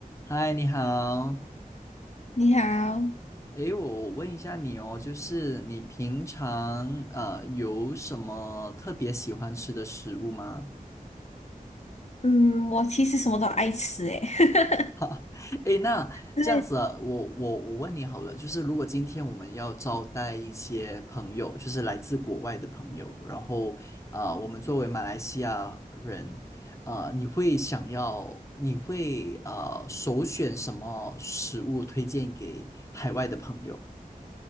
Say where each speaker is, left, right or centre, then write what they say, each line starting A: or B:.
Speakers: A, on the left (about 20°); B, on the left (about 50°).
A: 嗨，你好。
B: 你好，
A: 诶，我问一下你哦，就是你平常呃有什么特别喜欢吃的食物吗？
B: 嗯，我其实什么都爱吃诶，<laughs>
A: <laughs> 诶，那这样子啊，
B: 对，
A: 我我我问你好了，就是如果今天我们要招待一些朋友，就是来自国外的朋友，然后啊、呃我们作为马来西亚人，呃，你会想要，你会呃首选什么食物推荐给海外的朋友？